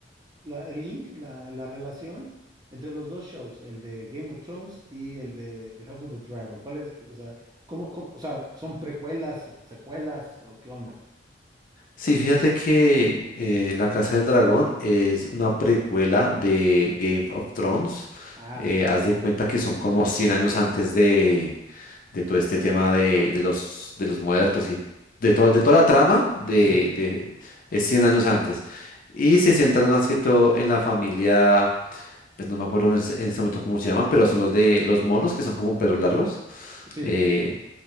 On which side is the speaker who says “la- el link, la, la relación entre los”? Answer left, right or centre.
Right